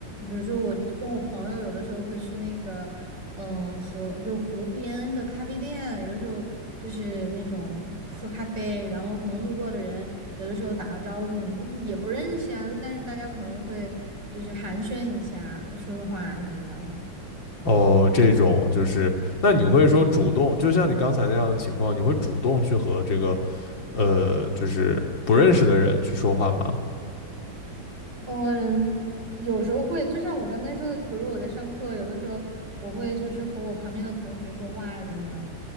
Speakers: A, on the right (about 60°); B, on the left (about 70°).
A: 比如说我跟我朋友有的时候会去那个，嗯，河就是湖边的咖啡店，有的时候就是那种喝咖啡，然后可能路过的人有的时候打个招呼什么的也不认识啊，但是大家可能会就是寒暄一下，说说话啊什么的。
B: 哦，这种就是，那你会说主动，
A: 对，
B: 就像你刚才那样的情况，你会主动去和这个呃，就是不认识的人去说话吗？
A: 嗯，有时候会，就像我刚才说的，比如我在上课，有的时候我会就是和我旁边的同学说话啊什么的。